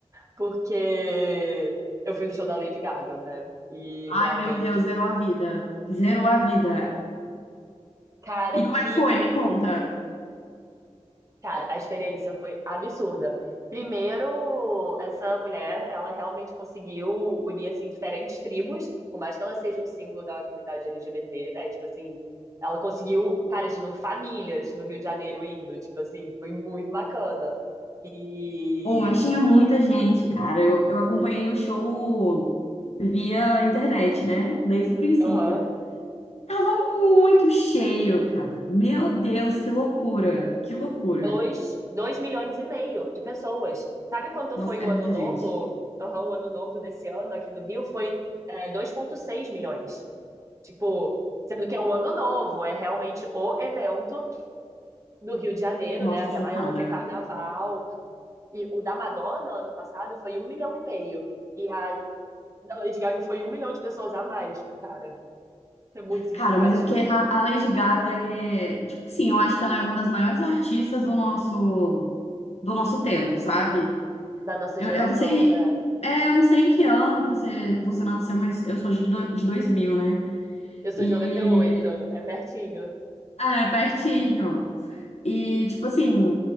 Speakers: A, on the right; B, on the left.
A: porque eu fui no show da Lady Gaga, né? E realmente,
B: Ai, meu Deus, zerou a vida. Zerou a vida.
A: cara,
B: E
A: que
B: como é que foi? Me conta.
A: Cara, a experiência foi absurda. Primeiro, essa mulher, ela realmente conseguiu unir, assim, diferentes tribos, por mais que ela seja um símbolo da comunidade LGBT, né? Tipo assim, ela conseguiu, cara, tinham famílias no Rio de Janeiro indo, tipo assim, foi muito bacana. E,
B: Oh, mas tinha muita gente, cara. Eu, eu acompanhei o show via internet, né? Desde o princípio.
A: aham,
B: Tava muito cheio, cara. Meu Deus, que loucura. Que loucura.
A: dois, dois milhões e meio de pessoas. Sabe quanto
B: Nossa,
A: foi
B: é
A: o ano
B: muita
A: novo?
B: gente.
A: Aham, o ano novo desse ano aqui no Rio foi, é, dois vírgula seis milhões. Tipo, sendo que é o Ano Novo, é realmente o evento do Rio de Janeiro,
B: Nossa,
A: né? Até
B: tô chocada.
A: maior do que Carnaval. E o da Madonna, ano passado, foi um milhão e meio. E a da Lady Gaga foi um milhão de pessoas a mais, cara. É muito significativo
B: Cara, mas é porque a, a Lady Gaga é. Tipo assim, eu acho que ela é uma das maiores artistas do nosso. do nosso tempo, sabe?
A: da nossa
B: Eu,
A: geração,
B: eu não sei,
A: né?
B: é, eu não sei em que ano que você, que você nasceu, mas eu sou de, do, de 2000, né?
A: Eu sou
B: E
A: de noventa e oito, é pertinho.
B: é, pertinho. E, tipo assim,